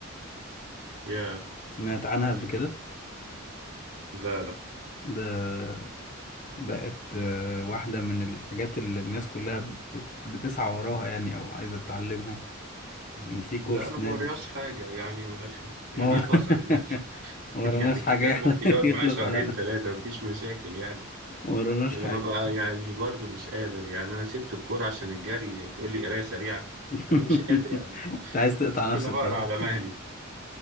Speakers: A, on the right; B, on the left.
A: يا
B: سمعت عنها قبل كده
A: لا لا
B: ده بقت آه، واحده من الحاجات اللي الناس كلها بت- بتسعى وراها يعني او عايزه تتعلمها
A: مم.
B: كان في كورس
A: لا انا ما
B: نازل
A: قريتش حاجه يعني ماشي يعني
B: ما ور-
A: يخلص
B: <laughs>
A: على ماشي
B: ما وراناش
A: <laughs> يعني الكتاب
B: حاجه يحلى-
A: ممكن
B: <laughs>
A: يقعد
B: يخلص
A: معايا شهرين
B: على ما
A: ثلاثه مفيش مشاكل يعني
B: ما وراناش
A: انا
B: حاجه
A: ببقى يعني برضو مش قادر يعني انا سبت الكورة عشان الجري تقول لي قراية سريعة
B: <laughs>
A: انا مش قادر يا عم
B: انت عايز تقطع
A: <laughs>
B: نفسي
A: انا بقرا
B: وخلاص
A: على مهلي